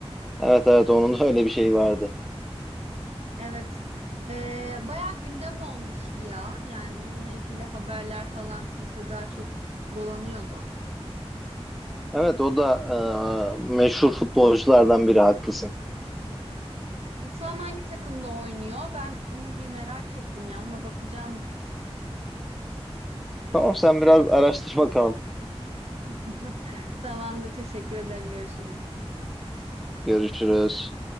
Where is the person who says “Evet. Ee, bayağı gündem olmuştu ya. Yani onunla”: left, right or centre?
Right